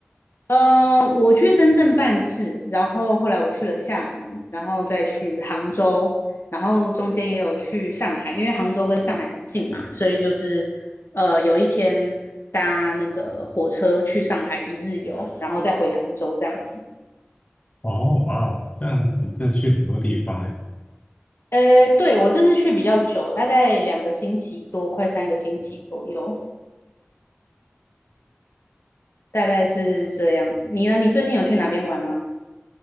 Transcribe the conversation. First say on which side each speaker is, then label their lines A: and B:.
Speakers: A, on the left (about 70°); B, on the left (about 35°).
A: 呃，我去深圳办事，然后后来我去了厦门，然后再去杭州，然后中间也有去上海，因为杭州跟上海很近嘛，所以就是呃有一天搭那个火车去上海一日游，然后再回杭州这样子。
B: 哦，哇哦，这样子真的去很多地方诶。
A: 呃，对，我这次去比较久，大概两个星期多，快三个星期左右，大概是这样子。你呢？你最近有去哪边玩吗？